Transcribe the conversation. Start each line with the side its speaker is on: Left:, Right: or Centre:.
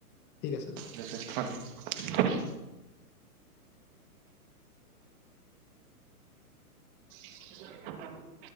Left: ঠিক আছে দাদা।
Right: হয়, <inaudible> <unintelligible>